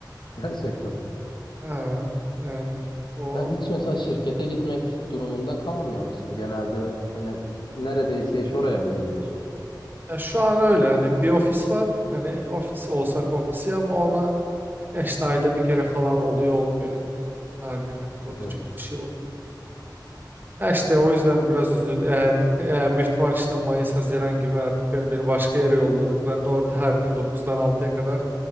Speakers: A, on the left; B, on the right.
A: Gerçekten.
B: Ha, yani o
A: Sen hiç mesela şirkete gitmek durumunda kalmıyor musun? Genelde hani neredeyse iş oraya mı gidiyorsun?
B: ya şu an öyle. Hani bir ofis var. Hani ofis olsak ofisi ama ona Ya işte ayda bir kere falan oluyor olmuyor yani. Nadir evet,
A: Hı
B: orada
A: hı.
B: çok bir şey olmuyor. Ya işte o yüzden biraz üzül eğer, eğer büyük ihtimal işte Mayıs Haziran gibi artık yani beni başka yere yolladıklarında orada her gün dokuzdan altıya kadar